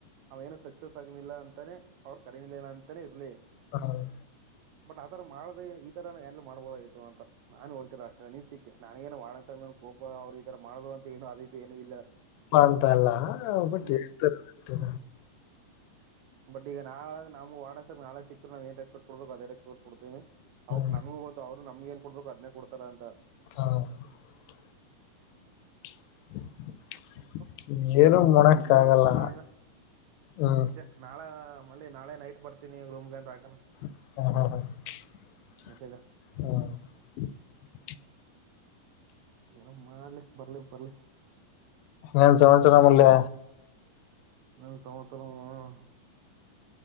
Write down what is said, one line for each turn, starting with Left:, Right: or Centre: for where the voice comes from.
Right: ಅವ ಏನ ಸಕ್ಸಸ್ಸ್ ಆಗಿರಲಿಲ್ಲ ಅಂತಾನೆ ಅವರ ಕರಿಲಿಲ್ಲ ಅಂತಾನೆ ಇರಲಿ
Left: ಹ್ಮ್
Right: ಬಟ್ ಆ ತರ ಮಾಡದೇ ಇ ತರ ಹ್ಯಾಂಡಲ್ ಮಾಡಬಹುದಾಗಿತ್ತು ಅಂತ ನಾನು ಹೇಳತಿಲ್ಲ ಅಷ್ಟೇ ನಿನ ಸಿಕ್ಕೇ ನನಗೇನು <unintelligible> ಕೋಪ ಅವ್ರು ಇ ತರ ಮಾಡಲು ಏನು ಆ ರೀತಿ ಏನು ಇಲ್ಲ
Left: ಅಂತಲ್ಲ ಒಬ್ಬ <unintelligible>
Right: ಹ್ಮ್ <unintelligible> ವಾರ್ಡನ್ ಸರ್ ನಾಳೆ ಸಿಕ್ಕುದ್ರು ಏನ್ ರೆಸ್ಪೆಕ್ಟ್ ಕೊಡಬೇಕು ಅದೇ ರೆಸ್ಪೆಕ್ಟ್ ಕೊಡ್ತೀವಿ <inaudible>
Left: ಹ್ಮ್
Right: ನಂಗೂ ಗೊತ್ತು ಅವರು ನಮಗೇನ್ ಕೊಡಬೇಕು ಅದ್ನೇ ಕೊಡ್ತಾರಂತ
Left: <unintelligible> <unintelligible>
Right: <inaudible>
Left: ಹ್ಮ್ ಏನು ಮಾಡಕ್ಕಾಗಲ್ಲ
Right: ನಿಜಗುಣ ಫೋನ್ ಮಾಡಿದ
Left: ಹ್ಮ್
Right: <unintelligible> ನಾಳ ಮಲ್ಲಿ ನಾಳೆ ನೈಟ್ ಬರ್ತೀನಿ ರೂಮ್ಗೆ ಅಂತ ಹಾಕನ
Left: <unintelligible>
Right: ಮೆಸೇಜ ಏನೋ ಮಾಡ್ಲಿ ಬರ್ಲಿ ಬರ್ಲಿ
Left: ಏನ್ ಸಮಾಚಾರ ಮಲ್ಲಿ
Right: <unintelligible>